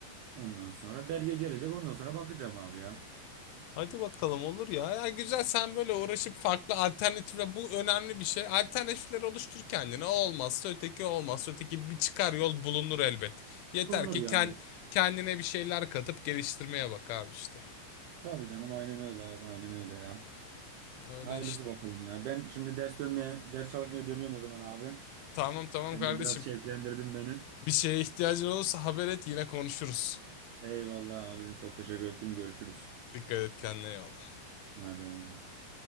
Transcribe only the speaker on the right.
Ondan sonra belge gelecek. Ondan sonra bakacağım abi ya.
Bulunur
ya.
Tabii canım aynen öyle abi aynen öyle ya.
Hayırlısı
bakalım ya. Ben şimdi ders dönmeye, ders çalışmaya dönüyorum o zaman abi.
Sen
de biraz şevklendirdin beni.
Eyvallah abicim çok teşekkür ettim. Görüşürüz.
Hadi eyvallah.